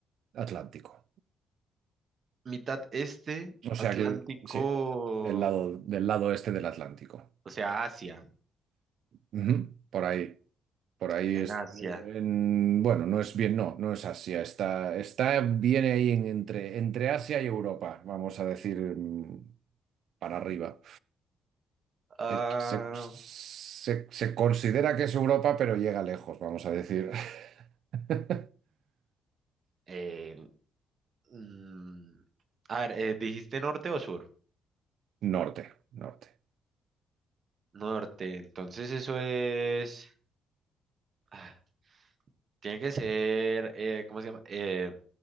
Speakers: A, on the right (about 70°); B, on the right (about 50°).
A: Atlántico.
B: Mitad este,
A: O sea
B: Atlántico,
A: que sí, del lado, del lado este del Atlántico.
B: o sea, Asia,
A: Ujú, por ahí. Por ahí
B: en
A: es,
B: Asia.
A: en- bueno, no es bien, no, no es Asia, está, está, viene ahí en- entre, entre Asia y Europa, vamos a decir, mm, para arriba.
B: Ah,
A: Eh, Se, se- se considera que es Europa, pero llega lejos, vamos a decir. <laughs>
B: eh, mm, a ver, eh, ¿dijiste norte o sur?
A: Norte, norte.
B: Norte, entonces eso es... ah, Tiene que ser, eh, ¿cómo se llama? Eh,